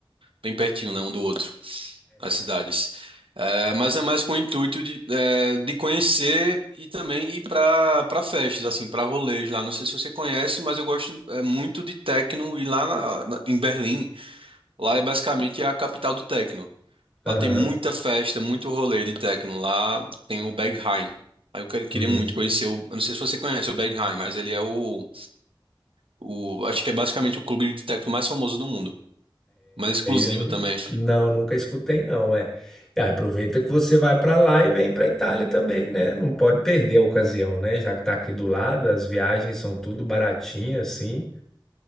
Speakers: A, on the right; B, in the centre.
A: bem pertinho, né, um do outro, as cidades. É, mas é mais com o intuito de, é, de conhecer e também ir para para festas, assim, para rolês lá. Não sei se você conhece, mas eu gosto é, muito de techno e lá na- na- em Berlim, lá é basicamente a capital do techno.
B: Aham.
A: Lá tem muita festa, muito rolê de techno. Lá tem o Berghain. Aí eu quero- queria
B: Hum.
A: muito conhecer o. Eu não sei se você conhece o Berghain, mas ele é o, o. Acho que é basicamente o clube de techno mais famoso do mundo. Mais exclusivo
B: Eu nu-
A: também.
B: não, nunca escutei não, é. Ah, aproveita que você vai para lá e vem para Itália também, né? Não pode perder a ocasião, né? Já que tá aqui do lado, as viagens são tudo baratinhas assim.